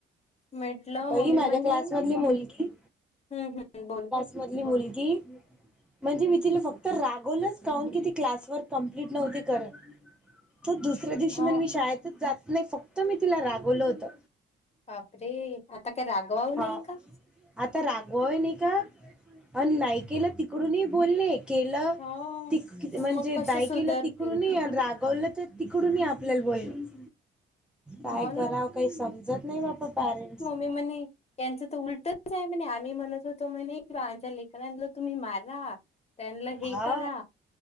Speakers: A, on the left; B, in the centre.
A: म्हटलं
B: पई
A: मम्मी
B: माझ्या
A: म्हणे
B: क्लास मधली मुलगी
A: हम्म हम्म बोल.
B: मधली मुलगी, म्हणजे मी तिला फक्त रागावलस काहून की ती क्लास कप्लीट न्हवती करत. मग दुसऱ्या दिवशी
A: हा
B: म्हने मी शाळेत जात नाही फक्त तर मी तिला रागवलं होतं.
A: बापरे! आता काय रागवाव
B: हा
A: नाही का?
B: आता रागवाय नाही का? अन नायकेला तिकडूनही बोलणे. केलं.
A: हो
B: ती की -म्हणजे
A: मग कसे
B: दाय
A: सुधरतील
B: केल तिकडून ही रागवलं तर तिकडून ही आपल्याला बोलणच.
A: हो
B: काय कराव
A: ना
B: काय समजत नाही बापा पॅरेंट्सच.
A: <unintelligible> त्यांचं तर उलटच आहे म्हणे, आम्ही म्हणत होतो म्हणे क आमच्या लेख लेकरांना तुम्ही मारा, त्यांनला हे
B: हा
A: करा